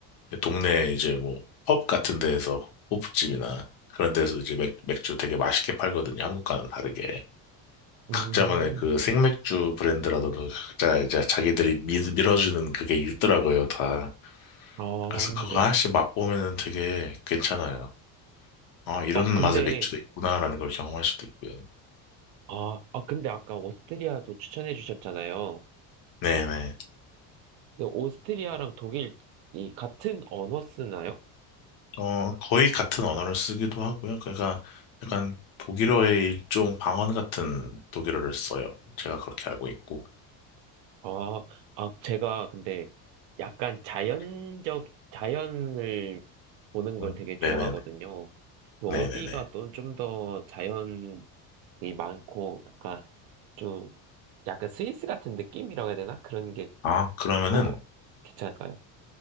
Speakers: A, on the left; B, on the right.
A: 동네 이제 뭐, 펍 같은 데에서, 호프집이나 그런 데서 이제 맥, 맥주 되게 맛있게 팔거든요. 한국과는 다르게.
B: 음,
A: 각자만의 그 생맥주 브랜드라던가 각자 이제 자기들이 밀, 어주는 그게 있더라고요, 다.
B: 아,
A: 그래서 그거
B: 네네.
A: 하나씩 맛보면은 되게 괜찮아요. 아, 이런
B: 어,
A: 맛의
B: 근데,
A: 맥주도 있구나라는 걸 경험할 수도 있고요.
B: 아, 아, 근데 아까 오스트리아도 추천해 주셨잖아요.
A: 네네.
B: 근데 오스트리아랑 독일이 같은 언어 쓰나요?
A: 어, 거의 같은 언어를 쓰기도 하고요. 그러니까 약간 독일어의 일종 방언 같은 독일어를 써요. 제가 그렇게 알고 있고.
B: 아, 아, 제가 근데 약간 자연적, 자연을 보는 걸
A: 음,
B: 되게 좋아하거든요.
A: 네네네.
B: 그
A: 네네네.
B: 어디가 또 좀 더 자연이 많고, 약간 좀, 약간 스위스 같은 느낌이라고 해야 되나? 그런 게
A: 아, 그러면은
B: 더 괜찮을까요?